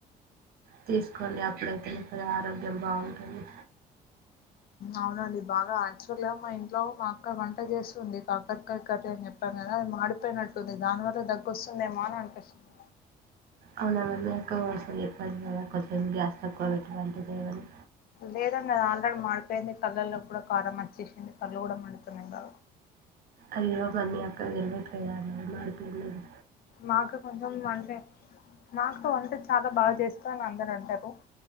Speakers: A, on the right; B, on the left.
A: తీస్కె అంది అప్పుడైతే ఆరోగ్యం బాగుంది అలి
B: అవునండి బాగా అక్టువల్ గా మా ఇంట్లో మా అక్క వంట చేస్తుంది కాకర్ కాయ కరీ అని చెప్పాను కదా అది మాడిపోయినట్టుంది దానివల్ల దగ్బొస్తుందేమో అని అనిపిస్తుంది
A: అవునా మీకు ఎక్కువసం ఎప్ప కదా కొంచెం గ్యాస్ తక్కువ పెటువంటిది ఏవని
B: లేదండి అది ఆల్రెడీ మాడిపోయింది కళ్ళల్లో కూడా కారంమంచి వెషెషిన్ కళ్ళుకూడామండుతున్నయిగా
A: అయ్యో బన్నీ అక్క వెళ్లే ప్రయానం గాడుపు మెరుపులు మాకుంది
B: మాకు కొంచెం అంటే మాకు అంటే చాలా బాగా చేస్తం అని అందరు అంటారు